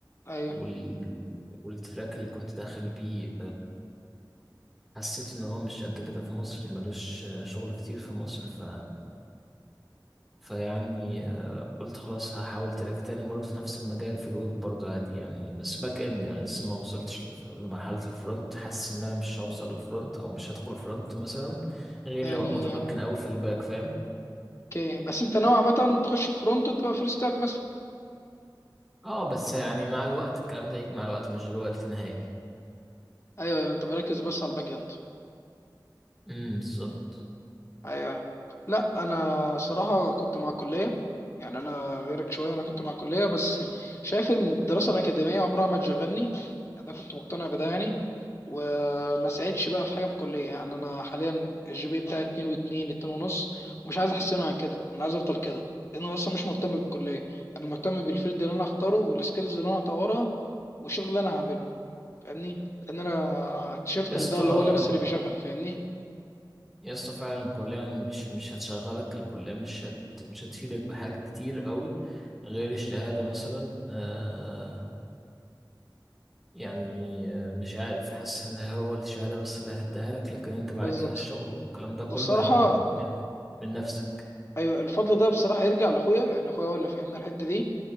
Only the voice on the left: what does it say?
ايوه
يعني
اوكي بس انت نوعا ما تخش فرونت وتبقى فول ستاك مثلا
ايوه أيوة، انت بركز بس على الباك اند
ايوه لا انا صراحه كنت مع الكليه يعني انا غيرك شويه انا كنت مع الكليه بس شايف ان الدراسه الاكاديميه عمرها ما تشغلني يعني انا كنت مقتنع بده يعني وما ساعدش بقى في حاجه في الكليه يعني انا حاليا الجي بي بتاعي 2 و2 2 ونص ومش عايز احسنه عن كده انا عايز افضل كده لان انا اصلا مش مهتم بالكليه انا مهتم بالفيلد اللي انا هختاره والسكيلز اللي انا هطورها والشغل اللي انا هعمله فاهمني لان انا اكتشفت
ان ده اللي هو اللبس اللي بيشغل فاهمني
بالظبط
والصراحه
ايوه الفضل ده بصراحه يرجع لاخويا يعني اخويا هو اللي فهمنا الحته دي